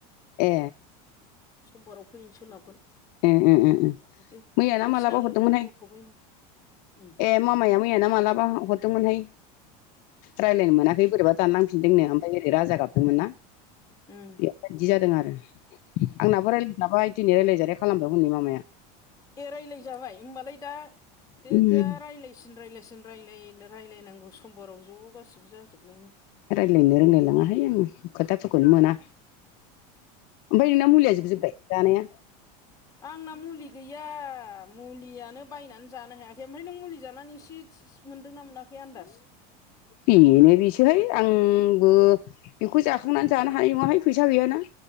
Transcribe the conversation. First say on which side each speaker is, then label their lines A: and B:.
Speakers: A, on the left; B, on the left.
A: ए
B: समबाराव फैैनो सोलाबगोन
A: ए ए ए
B: बिदि
A: मैयाना
B: गावसिना
A: मालाबा हरदोंमोनहाय
B: लोगोआ बख'बाय नो। उम
A: ए मामाया मैया ना मालाबा हरदोंमोनहाय रायलायनो
B: उम
A: मोनाखै बोरैबा दानलांफिनदोंनो। ओरै राजा गाबदोंमोन ना
B: उम
A: बेबायदि जादों आरो
B: उम
A: आंनाब रालाय दाबाय दिनै रायल्लायजाय खालामदों हननि मामाया
B: एराय्लाय जाबाय होनोमबालाय दा दे
A: ओमफ्राय
B: दा रायज्लायसिन रायज्लायसिन रायलाय रायलायनांगौ समबाराव ज' गासिबो जाजोब जोबनायनि
A: रायज्लायनो रोंलायलाङाहाय आं खोथाफोरखौनो मोना ओमफ्राय नोंना मुलिया जोबजोब्बाय जानाया
B: आंना मुलि गैया मुलियानो बायनानै जानो हायाखै ओमफ्राय नों मुलि जानानै एसे मोन्दोंना मोनाखै आन्दाज
A: बेनो बेसोहाय आंबो बेखौ जाखांनानै जानो हायो नङाहाय फैसा गैयाना